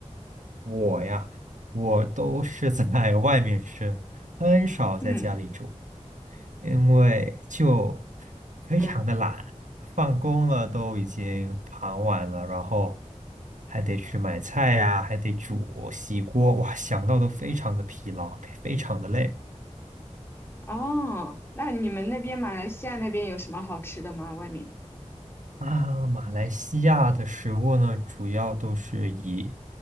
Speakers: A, on the right; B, on the left.
A: 我呀，我都是在外面吃，很少在家里煮，
B: 嗯
A: 因为就非常的懒，
B: 嗯。
A: 放工了都已经傍晚了，然后还得去买菜呀，还得煮、洗锅，哇，想到都非常的疲劳，非常的累。
B: 哦，那你们那边马来西亚那边有什么好吃的吗？外面？
A: 啊，马来西亚的食物呢，主要都是以